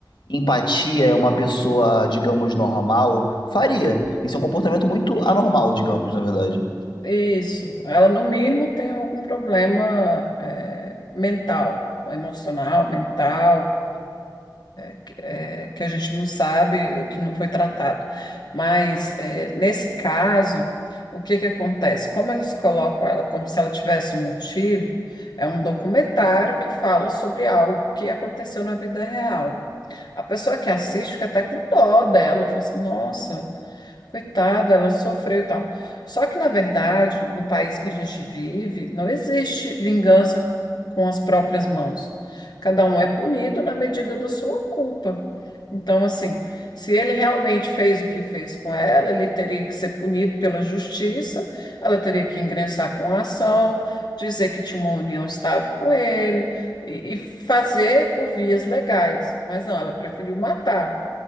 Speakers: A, on the left (about 85°); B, on the left (about 65°).
A: empatia, é uma pessoa, digamos, normal, faria. Isso é um comportamento muito anormal, digamos, na verdade.
B: isso. Ela, no mínimo, tem algum problema é, mental, ou emocional, mental, que é, que a gente não sabe, eh, que não foi tratado. Mas, é, nesse caso, o que que acontece? Como eles colocam ela como se ela tivesse um motivo, é um documentário que fala sobre algo que aconteceu na vida real. A pessoa que assiste fica até com dó dela, fala assim, nossa. Coitada, ela sofreu e tal. Só que, na verdade, no país que a gente vive, não existe vingança com as próprias mãos. Cada um é punido na medida da sua culpa. Então, assim, se ele realmente fez o que fez com ela, ele teria que ser punido pela justiça, ela teria que ingressar com a ação, dizer que tinha uma união estável com ele e, e fazer por vias legais. Mas não, ela preferiu matar.